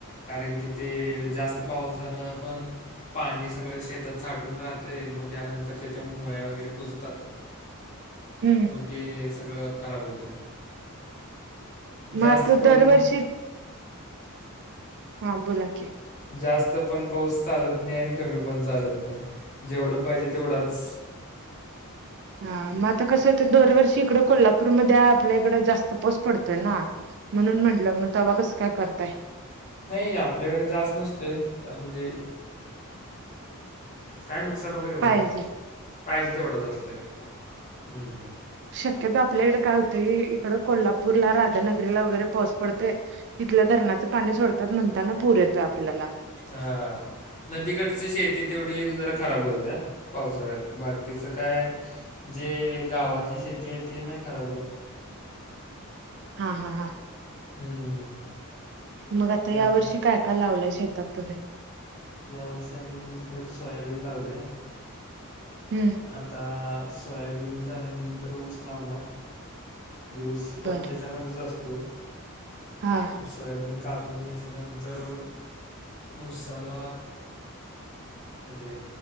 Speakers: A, on the left; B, on the right.
A: कारण कि ते जास्त पावसानं पण पाणी सगळं शेतात साठून राहतय मग त्यानंतर त्याच्या मुळ्या वगैरे कुजतात.
B: हम्म
A: मग ते सगळं खराब होतंय. जास्त
B: म तो
A: पण
B: दरवर्षी हा बोला की,
A: जास्त पण पाऊस चालत नाही. आणि कमी पण चालत नाही जेवढं पाहिजे तेवढाच,
B: हा मग आता कसं आहे दरवर्षी इकड कोल्हापूरमध्येध्ये आपल्या इकड जास्त पाऊस पडतोय ना, म्हणून म्हंटलं मग तेव्हा कसं काय? करताय.
A: नाही आपल्याकडे जास्त नसतोय तर म्हणजे काय नुकसान वगैरे होत
B: पाहिजे
A: नाही. पाहिजे तेवढंत असते हम्म.
B: शक्यता आपल्याकडे काय होतं. इकडं कोल्हापूरला, राधानगरीला वगैरे पाऊस पडतोय. तिथलं धरणाचं पाणी सोडतात. म्हणताना पूर येतो आपल्याला.
A: हा. नदीकडची शेती तेवढी एक जरा खराब होते. आ पावसाळ्यात. बाकीचं काय? जे गावातली शेती आहे ते नाही खराब होत.
B: हां हां हां.
A: हम्म.
B: मग आता
A: त्या
B: या वर्षी काय काय लावलाय शेतात तुम्ही?
A: यावर्षी आम्ही तर सोयाबीन लावले.
B: हम्म.
A: आता सोयाबीन झाल्यानंतर ऊस लावणार उस पण
B: बर
A: त्याच्यामध्येच असतोय.
B: हा.
A: सोयाबीन कापून घेतल्यानंतर उसाला म्हणजे